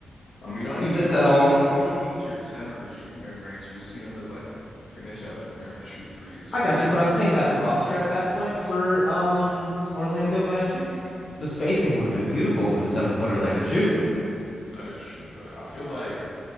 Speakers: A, on the left; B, on the left.
A: I mean, you don't
B: is
A: need,
B: this
A: you don't
B: at
A: need,
B: all?
A: you don't, you don't need your center to shoot mid range. You just need him to like finish at the rim and shoot threes.
B: I got you, but I'm saying that roster at that point for um Orlando Magic, the spacing would have been beautiful with a seven footer that could shoot.
A: That is true. I I feel like